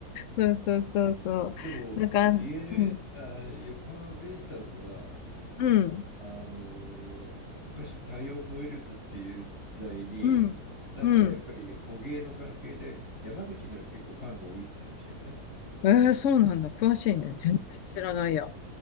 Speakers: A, on the left (about 60°); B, on the left (about 45°).
A: そうそうそうそう。
B: でも
A: なんか、
B: d n あー、
A: うん、
B: 横浜ベイスターズは、
A: うん、
B: あのー昔太陽ホエールズっていう時代に、
A: うん、
B: なんかやっぱり捕鯨の関係で山口には結構ファンが多いって話だよね。
A: うん。えー、そうなんだ。詳しいね。
B: うん。
A: 全然知らないや。
B: うん。